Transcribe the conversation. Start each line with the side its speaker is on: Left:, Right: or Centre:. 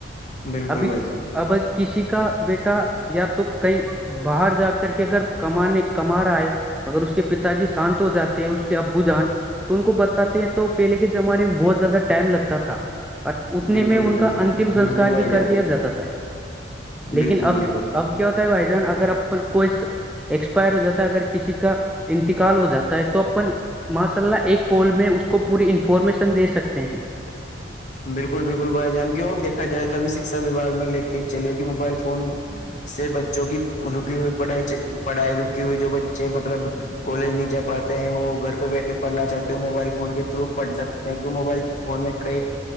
Left: بالکل
Centre: ابھی
Left: بھائی جان
Centre: اب کسی کا بیٹا یا تو کئی باہر جا کر کے اگر کمانے کما رہا ہے اگر اس کے پتا جی شانت ہو جاتے ہیں اس کے ابو جان تو ان کو بتاتے ہیں تو پہلے کے زمانے میں بہت زیادہ ٹائم لگتا تھا اتنے
Left: بالکل
Centre: میں ان
Left: بالکل
Centre: کا اتم سنسکار
Left: بالکل بھائی
Centre: بھی
Left: جان
Centre: کر دیا جاتا تھا لیکن
Left: بالکل
Centre: اب
Left: بالکل
Centre: اب کیا ہوتا ہے بھائی جان اگر اپن کوئی- ایکسپائر ہو جاتا ہے اگر کسی کا انتقال ہو جاتا ہے تو- ماشاءاللہ ایک کول میں اس کو پوری انفارمیشن دے سکتے ہیں-
Left: بالکل- بالکل بھائی جان, کیوں دیکھا جائے تو ابھی سکس ابھی باغ میں لے کے چلے گی موبائل فون- سے بچوں کی رکی ہوئی پڑے رکی ہوئی جو بچے مطلب- کالج نہیں جا پاتے ہیں وہ گھر پہ بیٹھ کے پڑھنا چاہتے ہو موبائل فون کے تھرو پڑھ سکتے ہیں کیوں موبائل فون میں کئی-